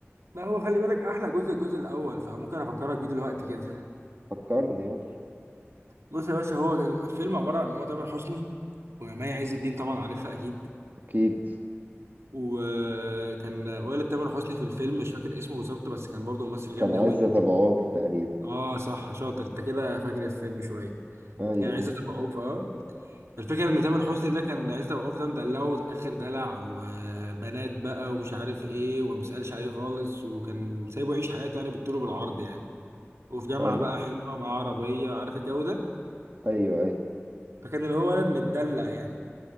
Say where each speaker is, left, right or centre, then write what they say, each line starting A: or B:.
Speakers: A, on the right; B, on the right.
A: ما هو خلي بالك احلى جزء الجزء الاول فممكن افكرك بيه دلوقتي كده
B: فكرني يلا
A: بص يا باشا هو الفيلم عبارة عن إن هو تامر حسني ومي عز الدين طبعا عارفها أكيد
B: أكيد
A: وكان والد تامر حسني في الفيلم مش فاكر اسمه بالظبط بس كان برضه ممثل
B: كان
A: جامد
B: عايز
A: قوي
B: أتابعوه تقريبا
A: اه صح شاطر انت كده فاكر الفيلم شوية
B: أيوه
A: يعني عزت أبو عوف اه الفكرة إن تامر حسني ده كان عزت أبو عوف ده مدلعه آخر دلع وبنات بقى ومش عارف إيه وما بيسألش عليه خالص وكان سايبه يعيش حياته يعني بالطول وبالعرض يعني وفي جامعة
B: أيوه
A: بقى حلوة مع عربية عارف الجو ده
B: أيوه
A: فكان اللي هو ولد متدلع يعني